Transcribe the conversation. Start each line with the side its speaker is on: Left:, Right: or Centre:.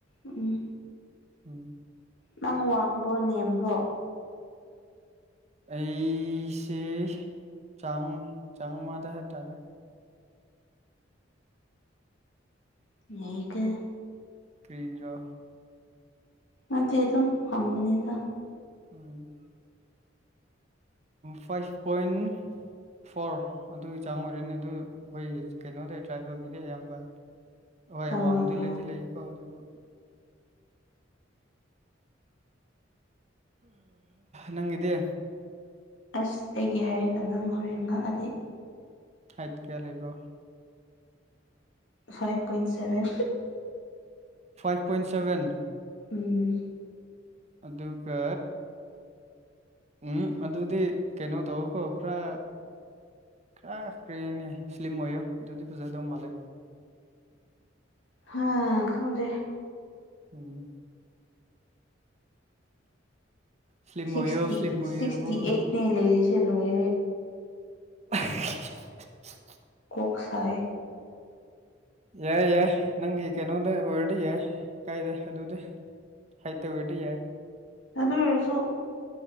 Left: ꯎꯝ
Right: ꯎꯝ
Left: ꯅꯪ ꯋꯥꯡꯕꯣ ꯅꯦꯝꯕꯣ
Right: ꯑꯩꯁꯦ ꯆ ꯆꯥꯃꯥꯗꯍꯦꯕ ꯇꯔꯦ
Left: ꯉ ꯀ
Right: ꯀꯔꯤꯖꯣ
Left: ꯅꯠꯇꯦ ꯑꯗꯨꯝ ꯍꯥꯡꯕꯅꯦꯗ
Right: ꯎꯝ ꯐꯥꯏꯚ ꯄꯣꯏꯟ ꯐꯣꯔ ꯑꯗꯨꯒꯤ ꯆꯥꯡ ꯑꯣꯏꯔꯅꯦ ꯑꯗꯨ ꯑꯩꯈꯣꯏꯒꯤ ꯀꯩꯅꯣꯗ ꯇ꯭ꯔꯥꯏꯕꯦꯜꯒꯤꯗꯤ ꯑꯌꯥꯝꯕ ꯍꯣꯏ
Left: ꯑꯥ
Right: ꯋꯥꯡꯃꯗꯤ ꯂꯩꯗꯤ ꯂꯩꯀꯣ ꯑꯗꯨꯕꯨ ꯅꯪꯗꯦ
Left: ꯑꯁ ꯑꯩꯒꯤ ꯍꯥꯏꯔꯒ ꯅꯪ ꯍꯣꯔꯦꯟ ꯉꯛꯑꯗꯗꯤ
Right: ꯍꯥꯏꯠ ꯀꯌꯥ ꯂꯩꯕ꯭ꯔꯣ
Left: five point seven
Right: five point seven
Left: ꯎꯝ
Right: ꯑꯗꯨꯒ ꯎꯝ ꯑꯗꯨꯗꯤ ꯀꯩꯅꯣ ꯇꯧꯀꯣ ꯈꯔ ꯀꯥ ꯀꯔꯤꯅꯤ ꯏꯁꯂꯤꯝ ꯑꯣꯏꯌꯣ ꯑꯗꯨꯗꯤ ꯐꯣꯖꯦꯗꯧ ꯃꯂꯦ
Left: ꯍꯥꯥ ꯈꯪꯒꯦ
Right: ꯎꯝ ꯁ꯭ꯂꯤꯝ
Left: ꯁꯤꯛꯁꯇꯤ
Right: ꯑꯣꯏꯌꯣ ꯁ꯭ꯂꯤꯝ ꯑꯣꯏꯌꯣꯕꯨ
Left: ꯁꯤꯛꯁꯇꯤ ꯑꯩꯠꯅꯦ ꯂꯩꯔꯤꯁꯦ ꯂꯣꯏꯔꯦ
Right: <unintelligible>
Left: ꯀꯣꯛꯁꯥꯏ
Right: ꯌꯥꯏ ꯌꯥꯏ ꯅꯪꯒꯤ ꯀꯩꯅꯣꯗ ꯑꯣꯏꯔꯗꯤ ꯌꯥꯏ ꯀꯥꯏꯗꯦ ꯑꯗꯨꯗꯤ ꯍꯥꯏ ꯇ ꯑꯣꯏꯦꯗꯤ ꯌꯥ
Left: ꯑꯗꯨ ꯑꯣꯏꯁꯨ